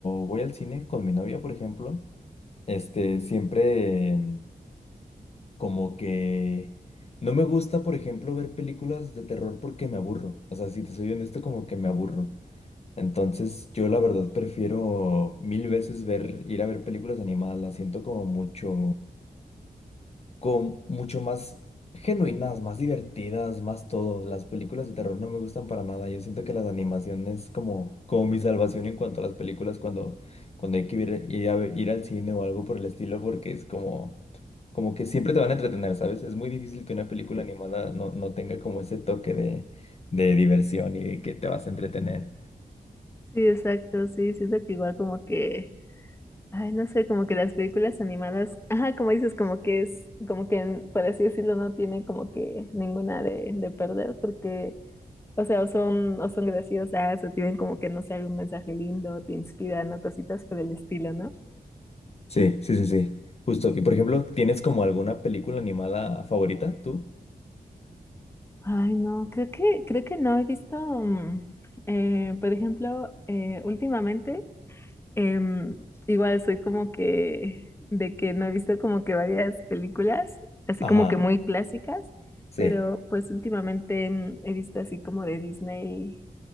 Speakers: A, on the left (about 40°); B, on the left (about 15°).
A: voy al cine con mi novia, por ejemplo, este, siempre... Como que no me gusta, por ejemplo, ver películas de terror porque me aburro. O sea, si te soy honesto, como que me aburro. Entonces, yo la verdad prefiero mil veces ver, ir a ver películas animadas. Las siento como mucho con mucho más genuinas, más divertidas, más todo. Las películas de terror no me gustan para nada. Yo siento que las animaciones como, como mi salvación en cuanto a las películas cuando, cuando hay que ir, ir a, ir al cine o algo por el estilo, porque es como, como que siempre te van a entretener, ¿sabes? Es muy difícil que una película animada no, no tenga como ese toque de, de diversión y de que te vas a entretener.
B: Sí, exacto, sí, siento que igual como que Ay, no sé, como que las películas animadas, ajá, como dices, como que es, como que, por así decirlo, no tiene como que ninguna de, de perder, porque, o sea, o son, o son graciosas, o tienen como que, no sé, algún mensaje lindo, o te inspiran, o cositas por el estilo, ¿no?
A: Sí, sí, sí, sí. Justo. Y por ejemplo, ¿tienes como alguna película animada favorita tú?
B: Ay, no, creo que, creo que no he visto, mm, eh, por ejemplo, eh, últimamente. Em, igual soy como que de que no he visto como que varias películas, así
A: Ajá,
B: como que muy clásicas,
A: sí.
B: pero pues últimamente em, he visto así como de Disney,